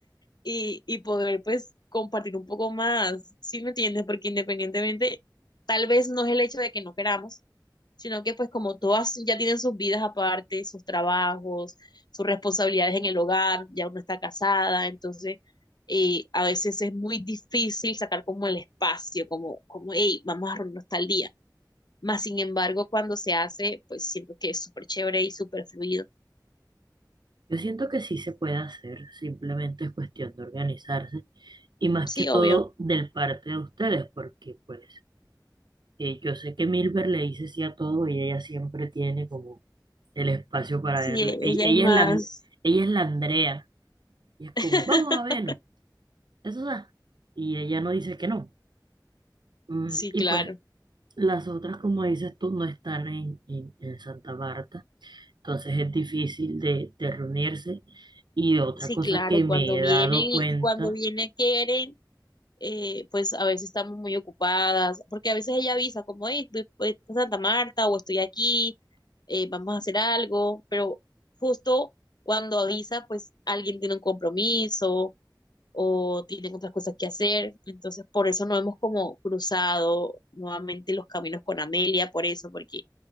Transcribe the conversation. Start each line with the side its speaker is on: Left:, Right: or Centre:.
Left: y, y poder pues compartir un poco más, ¿sí me entiendes? Porque independientemente, tal vez no es el hecho de que no queramos, sino que pues como todas ya tienen sus vidas aparte, sus trabajos, sus responsabilidades en el hogar, ya uno está casada, entonces eh, a veces es muy difícil sacar como el espacio, como, como, hey, vamos a reunirnos tal día. Más sin embargo, cuando se hace, pues siento que es súper chévere y súper fluido.
Right: yo siento que sí se puede hacer, simplemente es cuestión de organizarse y más
Left: Sí,
Right: que todo
Left: obvio.
Right: del parte de ustedes, porque pues eh, yo sé que Milber le dice sí a todo y ella siempre tiene como el espacio para
Left: Sí,
Right: verla.
Left: e-
Right: E-
Left: ella
Right: Ella
Left: es más.
Right: es la, ella es la Andrea y es
Left: <laughs>
Right: como, vamos a vernos, eso da. Y ella no dice que no. Mm,
Left: Sí,
Right: Y
Left: claro.
Right: pues Las otras, como dices tú, no están en, en- en Santa Marta, entonces es difícil de, de reunirse. Y otra
Left: Sí,
Right: cosa
Left: claro,
Right: que
Left: y cuando
Right: me he
Left: vienen,
Right: dado cuenta,
Left: y cuando vienen quieren, eh, pues a veces estamos muy ocupadas, porque a veces ella avisa como, hey, voy, voy a Santa Marta o estoy aquí, eh, vamos a hacer algo, pero justo cuando avisa, pues alguien tiene un compromiso o tienen otras cosas que hacer, entonces por eso no hemos como cruzado nuevamente los caminos con Amelia, por eso, porque